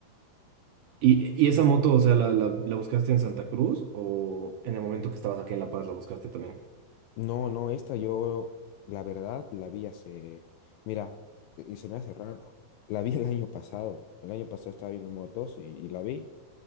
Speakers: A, on the right (about 80°); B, on the left (about 85°).
A: ¿Y, y esa moto, o sea, la, la, la buscaste en Santa Cruz o en el momento que estabas aquí en La Paz la buscaste también?
B: No, no, esta yo, la verdad, la vi hace, mira, y se me hace raro. La vi el año pasado. El año pasado estaba viendo motos y, y la vi